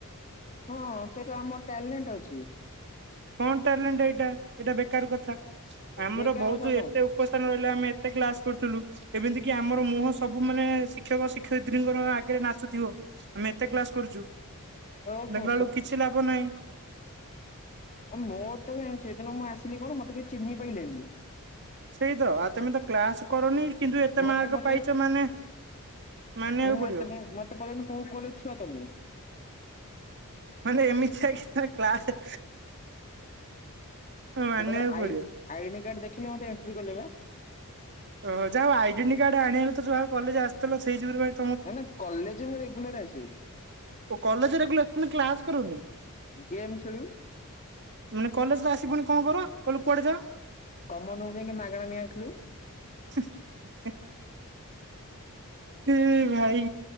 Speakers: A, on the left (about 35°); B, on the right (about 55°).
A: ହଁ ସେଇଟା ଆମର ଟ୍ୟାଲେଣ୍ଟ ଅଛି।
B: କଣ ଟଲେଣ୍ଟ ଏଇଟା ଏଇଟା ବେକାର କଥା ଆମର
A: ବେକାର
B: ବହୁତ
A: କଥା କଣ
B: ଏତେ ଉପସ୍ ରହିଲେ ଆମେ ଏତେ କ୍ଲାସ କରୁଥିଲୁ ଏମିତି କି ଆମର ମୁହଁ ସବୁ ମାନେ ଶିକ୍ଷକ ଶିକ୍ଷୟିତ୍ରୀଙ୍କର ଖୀରେ ନାଚୁଥିବ ଆମେ ଏତେ କ୍ଲାସ କରୁଛୁ
A: ଓହୋ
B: ଦେଖିଲା ବେଳକୁ କିଛି ଲାଭ ନାହିଁ।
A: ମୋ ତ ସେଦିନ ମୁଁ ଆସିଲି କଣ ମତେ କି ଚିନି ପାଇଲେଣିି
B: ସେଇ ତ ଆଉ ତମେ ତ କ୍ଲାସ କରନି କିନ୍ତୁ ଏତେ
A: ମତେ
B: ମାର୍କ
A: ପଚାରିଲେ
B: ପାଇଛ ମାନେ ମାନିବାକୁ
A: ମୁଁ
B: ପଡିବ।
A: ମତେ ମତେ ପଯ୍ୟନ୍ତ କୋଉ କଲେଜ ଛୁଆ ତମେ
B: ମାନେ ଏମ ଚ୍ଛା କି କ୍ଲାସ ମାନିବାକୁ
A: ମୁଁ ତାପରେ ଆଇଡି
B: ପଡିବ।
A: କାର୍ଡ ଦେଖିଲେ ମତେ ଏଣ୍ଟ୍ରି କଲେ ବା।
B: ଓହୋ ଯାହାଉ ଆଇଡେଣ୍ଟି କାର୍ଡ ଆଣିବାକୁ ତଉ କଲେଜ ଆସିଥିଲ ସେଇ ଯୁରୁ ପାଇଁ
A: ନା ନା କଲେଜ ମୁଁ ରେଗୁଲାର ଅଛି।
B: ମୁଁ କଲେଜ ରେଗୁଲ ମାନେ କ୍ଲାସ କରୁନି
A: ଗେମ୍ ଖେଲିବୁ
B: ମାନେ କଲେଜରେ ଆସି ଫୁଣି କଣ କର କହିଲେ କୁଆଡେ ଯାଅ?
A: କମ ନଉ ଯାଇକ ମାଗଣା ନେଇ ଆସିଥିଲୁ।
B: <inaudible> ଏ ଭାଇ।